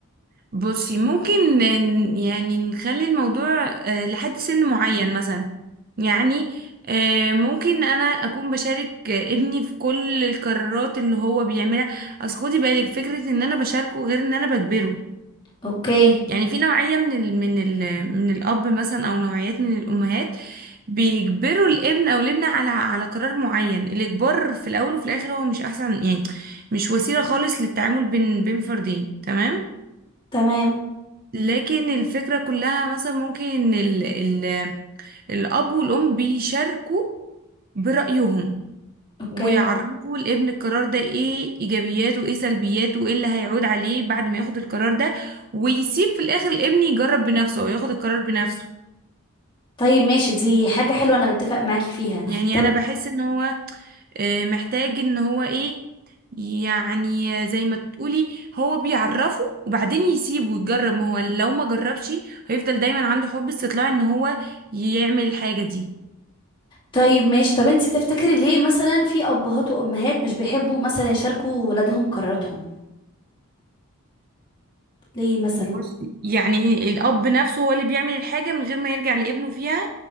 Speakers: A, on the right; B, on the left.
A: بصي ممكن ن- يعني نخلي الموضوع آه، لحد سن معين مثلا يعني آه، ممكن انا اكون بشارك آه، ابني في كل القرارات اللي هو بيعملها اصل خدي بالك فكرة ان انا بشاركه غير ان انا بجبره
B: اوكي
A: يعني في نوعية من ال من ال من الاب مثلا او نوعيات من الامهات بيجبروا الابن او الابنة على على قرار معين الاجبار في الاول وفي الاخر هو مش احسن يعني مش وسيلة خالص للتعامل بين بين فردين تمام
B: تمام
A: لكن الفكرة كلها مثلا ممكن ان ال ال الاب والام بيشاركوا برأيهم
B: اوكي
A: ويعرفوا الابن القرار ده ايه ايجابياته وايه سلبياته وايه اللي هيعود عليه بعد ما ياخد القرار ده ويسيب في الاخر الابن يجرب بنفسه او ياخد القرار بنفسه
B: طيب ماشي دي حاجه حلوه انا متفق معاكي فيها
A: يعني
B: طب
A: انا بحس ان هو آه، محتاج ان هو ايه يعني زي ما تقولي هو بيعرفه وبعدين يسيبه ويجرب ما هو لو ما جربش هيفضل دايما عنده حب استطلاع ان هو يعمل الحاجة دي
B: طيب ماشي طب انت تفتكري ليه مثلا في ابهات وامهات مش بيحبوا مثلا يشاركوا ولادهم قراراتهم ليه مثلا
A: بصي يعني الأب نفسه هو اللي بيعمل الحاجة من غير ما يرجع لابنه فيها